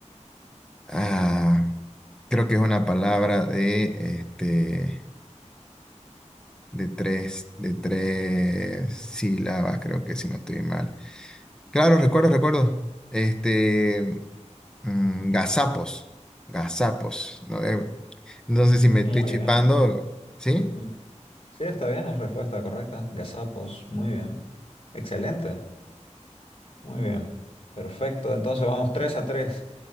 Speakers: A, in the centre; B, on the left (about 45°).
A: Ah, creo que es una palabra de, este, de tres, de tres sílabas, creo que si no estoy mal. Claro, recuerdo, recuerdo. Este, mm, gazapos, gazapos. No, Eh, no sé si me estoy
B: Muy
A: chipando,
B: bien.
A: ¿sí?
B: Ujú. Sí, está bien, es respuesta correcta. Gazapos, muy bien. Excelente. Muy bien. Perfecto. Entonces vamos 3 a 3.